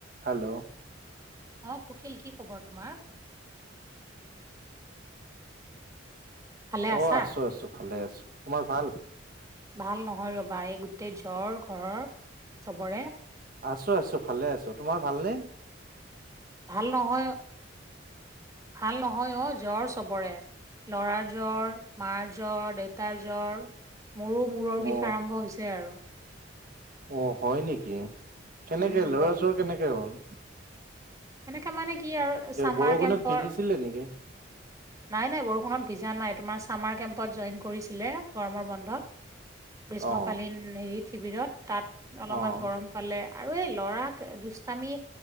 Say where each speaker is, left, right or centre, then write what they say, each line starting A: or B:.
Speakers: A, on the right; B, on the right.
A: হেল্ল'
B: অহ কুকিল। কি খবৰ তোমাৰ? ভালে
A: অহ
B: আছা?
A: আছো-আছো ভালে আছো। তোমাৰ ভাল?
B: ভাল নহয় ৰবা। এই গোটেই জ্বৰ ঘৰৰ চবৰে।
A: আছো আছো ভালে আছো। তোমাৰ ভাল নে?
B: ভাল নহয়, অ ভাল নহয় অ' জ্বৰ চবৰে। ল'ৰাৰ জ্বৰ, মাৰ জ্বৰ, দেউতাৰ জ্বৰ। মোৰো মূৰৰ
A: অ
B: বিষ আৰম্ভ হৈছে আৰু।
A: অহ হয় নেকি? কেনেকে
B: উম
A: ল'ৰাৰ
B: ব
A: জ্বৰ কেনেকে হ'ল?
B: সেনেকে মানে কি আৰু চামাৰ
A: বৰষুণত
B: কেম্পৰ
A: ভিজিছিলে নেকি
B: নাই-নাই বৰষুণত ভিজা নাই। তোমাৰ চামাৰ কেম্পত জইন কৰিছিলে গৰমৰ বন্ধত। গ্ৰীষ্মকালীন
A: অ
B: হেৰি শিবিৰত তাত অলপমান
A: অ
B: গৰম পালে আৰু এই ল'ৰাক দুষ্টামি